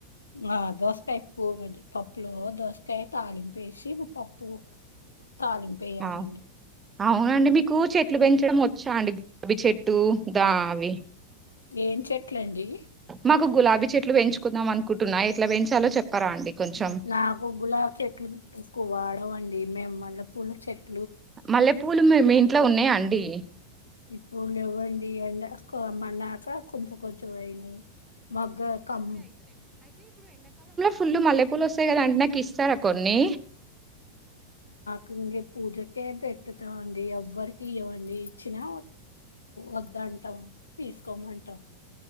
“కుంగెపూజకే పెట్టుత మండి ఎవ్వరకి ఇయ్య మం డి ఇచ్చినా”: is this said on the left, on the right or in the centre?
Left